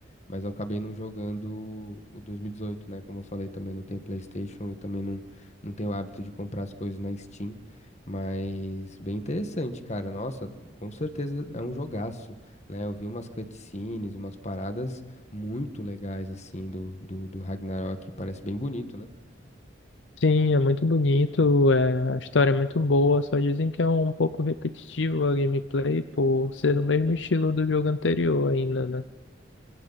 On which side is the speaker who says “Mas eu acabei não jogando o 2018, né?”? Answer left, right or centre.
Left